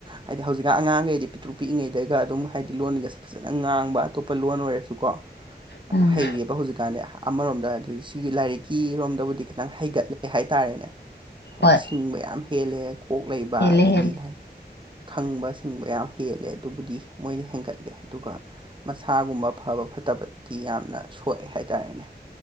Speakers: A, on the right; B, on the left.
A: ꯍꯥꯏꯗꯤ ꯍꯧꯖꯤꯛꯀ ꯑꯉꯥꯡꯈꯩꯗꯤ ꯄꯤꯛꯇ꯭ꯔꯨ ꯄꯤꯛꯑꯤ ꯉꯩꯗꯒ ꯑꯗꯨꯝ ꯍꯥꯏꯗꯤ ꯂꫭꯜꯒꯁꯦ ꯐꯖꯅ ꯉꯥꯡꯕ ꯑꯇꯣꯞꯄ ꯂꯣꯟ ꯑꯣꯏꯔꯁꯨꯀꯣ
B: ꯎꯝ
A: ꯍꯩꯌꯦꯕ ꯍꯧꯖꯤꯛꯀꯥꯟꯗꯤ ꯑꯃꯔꯣꯝꯗ ꯑꯗꯨꯗꯤ ꯁꯤꯒꯤ ꯂꯥꯏꯔꯤꯛꯀꯤꯔꯣꯝꯗꯕꯨꯗꯤ ꯈꯤꯇꯪ ꯍꯩꯒꯠꯂꯦ ꯍꯥꯏꯇꯥꯔꯦꯅꯦ
B: ꯍꯣꯏ
A: ꯁꯤꯡꯕ ꯌꯥꯝ ꯍꯦꯜꯂꯦ ꯀꯣꯛ ꯂꯩꯕ
B: ꯍꯦꯜꯂꯦ
A: ꯑꯗꯒꯤ
B: ꯍꯦꯜꯂꯦ
A: ꯍꯥꯏ ꯈꯪꯕ ꯁꯤꯡꯕ ꯌꯥꯝ ꯍꯦꯜꯂꯦ ꯑꯗꯨꯕꯨꯗꯤ ꯃꯣꯏꯅ ꯍꯦꯟꯒꯠꯂꯦ ꯑꯗꯨꯒ ꯃꯁꯥꯒꯨꯝꯕ ꯐꯕ ꯐꯠꯇꯕꯗꯤ ꯌꯥꯝꯅ ꯁꯣꯛꯑꯦ ꯍꯥꯏꯇꯥꯔꯦꯅꯦ